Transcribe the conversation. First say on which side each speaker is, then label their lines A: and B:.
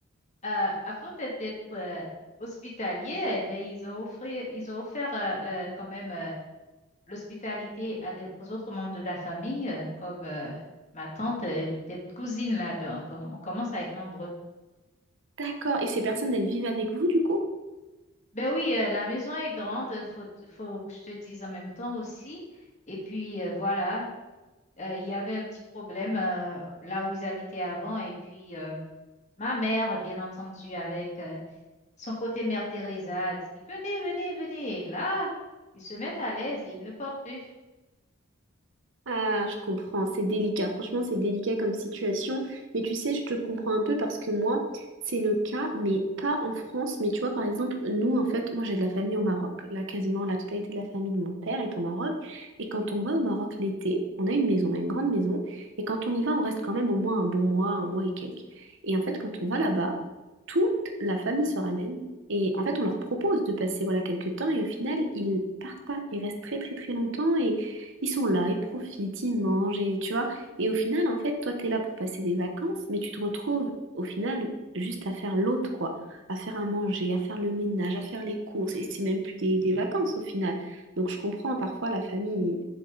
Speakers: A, on the left; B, on the right.
A: euh, avant d'être d'être, euh, hospitalier, eh ben, ils ont offert, ils ont offert euh, euh, quand même euh, l'hospitalité à des, aux autres membres de la famille, euh, comme euh, ma tante, euh, des cousines là, donc euh, on commence à être nombreux.
B: D'accord, et ces personnes, elles vivent avec vous, du coup?
A: Ben oui, euh, la maison est grande, faut, faut que je te dise en même temps aussi. Et puis euh, voilà, euh, il y avait un petit problème euh, là où ils habitaient avant, et puis euh, ma mère, bien entendu, avec euh, Son côté Mère Teresa a dit, Venez, venez, venez. Et là, ils se mettent à l'aise et ils ne portent plus.
B: Ah, je comprends, c'est délicat. Franchement, c'est délicat comme situation. Mais tu sais, je te comprends un peu parce que moi, c'est le cas, mais pas en France. Mais tu vois, par exemple, nous, en fait, moi, j'ai de la famille au Maroc. Là, quasiment la totalité de la famille de mon père est au Maroc. Et quand on va au Maroc l'été, on a une maison, on a une grande maison. Et quand on y va, on reste quand même au moins un bon mois, un mois et quelques. Et en fait, quand on va là-bas, toute la famille se ramène. Et en fait, on leur propose de passer voilà quelques temps et au final, ils partent pas. Ils restent très très très longtemps ils sont là, ils profitent, ils mangent, et tu vois. Et au final, en fait, toi, t'es là pour passer des vacances, mais tu te retrouves, au final, juste à faire l'autre, quoi. À faire à manger, à faire le ménage, à faire les courses. Et c'est même plus des, des vacances, au final. Donc, je comprends, parfois, la famille,